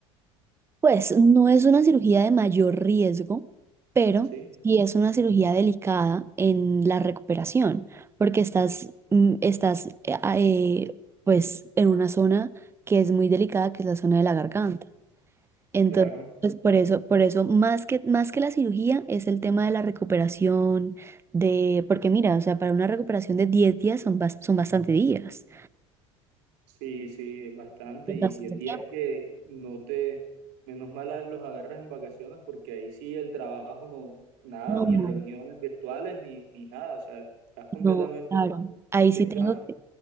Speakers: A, on the right; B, on the right.
A: Pues no es una cirugía de mayor riesgo, pero
B: Sí,
A: sí es una cirugía delicada en la recuperación, porque estás, mm, estás eh, a- eh, pues en una zona que es muy delicada, que es la zona de la garganta. Entonces,
B: claro.
A: pues por eso, por eso más que, más que la cirugía es el tema de la recuperación de, porque mira, o sea, para una recuperación de 10 días son, bas- son bastante días.
B: Sí, sí, es bastante.
A: Es
B: Y
A: bastante
B: 10 días
A: tiempo.
B: que no te, menos mal a- los agarras en vacaciones porque ahí sí el trabajo no, nada,
A: No,
B: ni
A: no,
B: reuniones virtuales, ni, ni nada. O sea, estás completamente
A: no, claro. Ahí
B: descansado.
A: sí tengo que